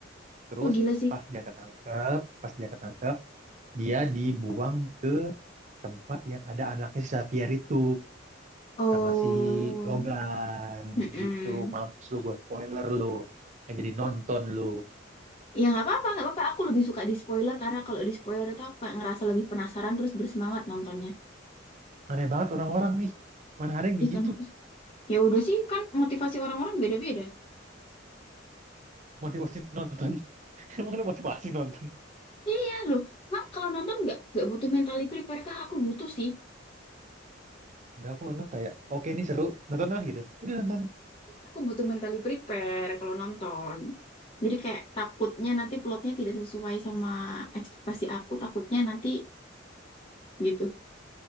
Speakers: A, on the right; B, on the left.
A: Terus
B: oh gila sih
A: pas dia ketangkep, pas dia ketangkep, dia dibuang ke tempat yang ada anaknya si Xavier itu
B: oh
A: sama si Logan
B: mm
A: gitu. Mampus lu gue spoiler lu. Nggak jadi nonton lu.
B: Ya nggak apa-apa, nggak apa-apa. Aku lebih suka di spoiler karena kalau di spoiler itu aku kayak ngerasa lebih penasaran terus bersemangat nontonnya.
A: Aneh banget orang-orang nih. Mana ada yang
B: Ih,
A: begitu
B: kan aku- ya udah sih kan motivasi orang-orang beda-beda.
A: motivasi nonton. <laughs> Emang ada motivasi nonton?
B: Iya iya, loh, kan kalau nonton nggak nggak butuh mentally prepare kah? Aku butuh sih.
A: Enggak, aku nonton kayak, oke ini seru, nonton lah gitu. Udah nonton.
B: Aku butuh mentally prepare kalau nonton. Jadi kayak takutnya nanti plotnya tidak sesuai sama ekspektasi aku, takutnya nanti gitu.